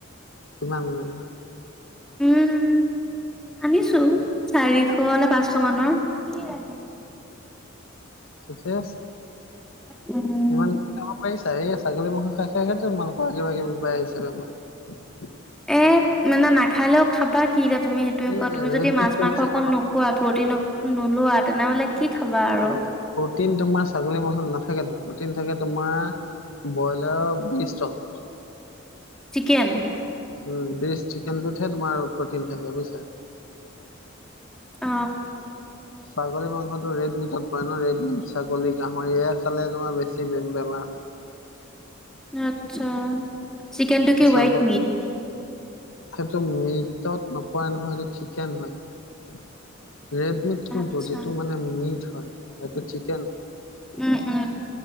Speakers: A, on the left; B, in the centre.
A: কিমান আনিলা?
B: উম, আনিছো চাৰিশ নে পাঁচশ মানৰ। <unintelligible>
A: ঠিকে আছে,
B: উম
A: ইমান কি খাব পাৰিছ তাৰে ছাগলী মাংস খাই খাইটো মাংস কিবা-কিবি বাঢ়িছিল আমাৰ।
B: এ মানে নাখালেও খাবা। কিৰে তুমি সেইটোয়ে
A: এই
B: কোৱা তুমি
A: ৰেড
B: যদি
A: মিটটো
B: মাছ-মাংস
A: বেছি
B: অকণ
A: খাব
B: নোখোৱা প্ৰটিন অক নোলোৱা তেনেহলে কি খাবা? আৰু
A: নাই, প্ৰটিন তোমাৰ ছাগলী মাংসত নাথাকেতো। প্ৰটিন থাকে তোমাৰ বইলাৰৰ বিষ্টত।
B: চিকেন?
A: উম, বেষ্ট চিকেনটোতহে তোমাৰ প্ৰটিন থাকে। বুইছা?
B: অ
A: ছাগলী মাংসটো ৰেডমিটত পায় ন, ৰেড মিট ছাগলী, গাহৰি এ খালে তোমাৰ বেছি বেমাৰ হয়।
B: আচ্ছা, চিকেনটো কি
A: ছাগ
B: হোৱাইটমিট।
A: সেইটো মিটত নোপোৱা নহয়, সেইটো চিকেন হয়। ৰেড মিট কোনটো
B: আচ্ছা
A: যিটো মানে মিট হয়, এইটো চিকেন।
B: উম উম।